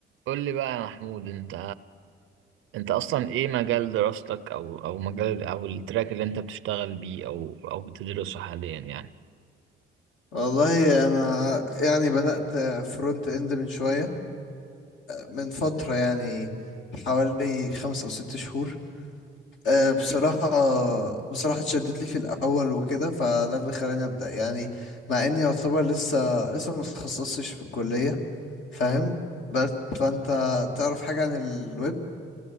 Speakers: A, on the right; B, on the left.
A: قول لي بقى يا محمود انت انت اصلا ايه مجال دراستك او او مجال او التراك اللي انت بتشتغل بيه او او بتدرسه حاليا يعني
B: والله انا يعني بدأت فرونت اند من شوية من فترة يعني حوالي خمس او ست شهور أه، بصراحة بصراحة اتشدت لي في الاول وكده فده اللي خلاني ابدأ يعني مع اني يعتبر لسه لسه ما اتخصصتش في الكلية فاهم بس فانت تعرف حاجة عن الويب